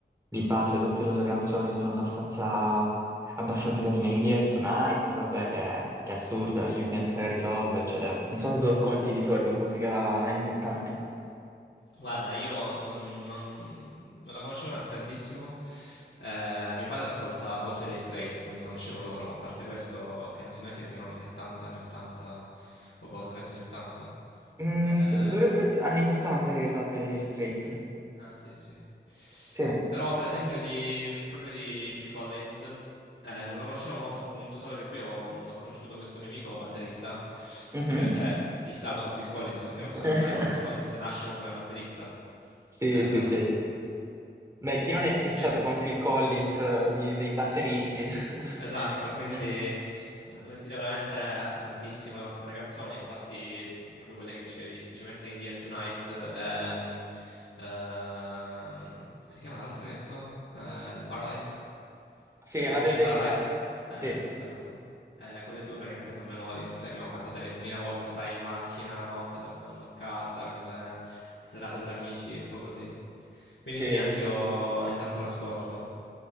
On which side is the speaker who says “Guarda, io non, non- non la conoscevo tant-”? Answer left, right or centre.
Left